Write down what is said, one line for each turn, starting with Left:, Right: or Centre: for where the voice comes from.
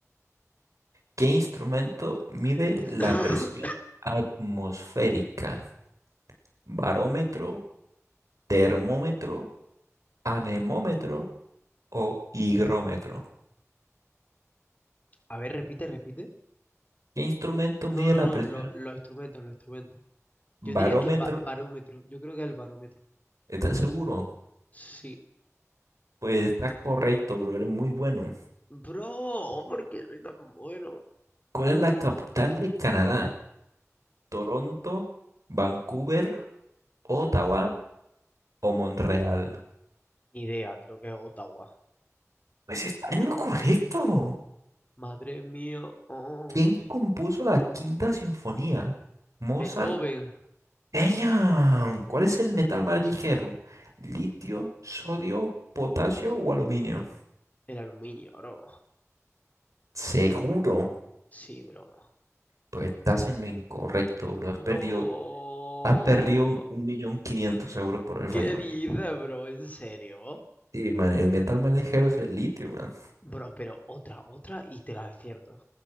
Right: ¿Qué instrumento mide la
Left: <coughs>
Right: presión
Left: <clears throat>
Right: atmosférica? ¿Barómetro, termómetro, anemómetro o higrómetro?
Left: A ver, repite, repite.
Right: ¿Qué instrumento
Left: No,
Right: mide
Left: no,
Right: la
Left: no,
Right: presión?
Left: lo- los instrumentos, los instrumentos. Yo
Right: ¿Barómetro?
Left: diría que ba- barómetro. Yo creo que el barómetro.
Right: ¿Estás seguro?
Left: Sí.
Right: Pues está correcto, bro. Eres muy bueno.
Left: Bro, ¿por qué soy tan bueno?
Right: ¿Cuál es la capital de Canadá? ¿Toronto, Vancouver, Ottawa o Montreal?
Left: Ni idea, creo que es Ottawa.
Right: Pues está en lo correcto.
Left: Madre mía. Oh,
Right: ¿Quién compuso la Quinta Sinfonía? Mozart.
Left: Beethoven.
Right: ¡Ella! ¿Cuál es el metal más ligero? ¿Litio, sodio, potasio o aluminio?
Left: el aluminio, bro.
Right: Seguro.
Left: Sí, bro.
Right: Pues estás en lo incorrecto, bro. Has
Left: No.
Right: perdido, has perdido un millón quinientos euros por el fallame.
Left: ¿Qué dices, bro? ¿En serio?
Right: Sí, man, el metal más ligero es el litio, man.
Left: Bro, pero otra, otra y te la acierto.